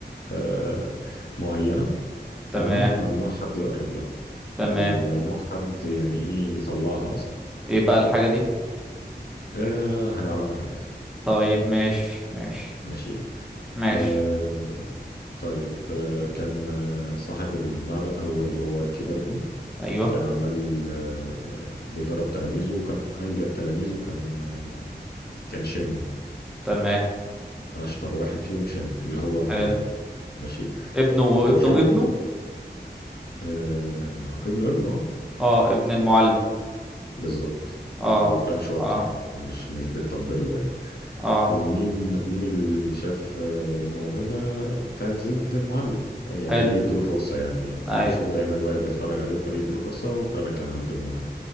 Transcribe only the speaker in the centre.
تمام
تمام
ايه بقى الحاجة دي
طيب ماشي ماشي
ماشي
ايوه
تمام
حلو
ابنه
ابنه ابنه
اه ابن المعلم
اه
اه
اه
حلو
اي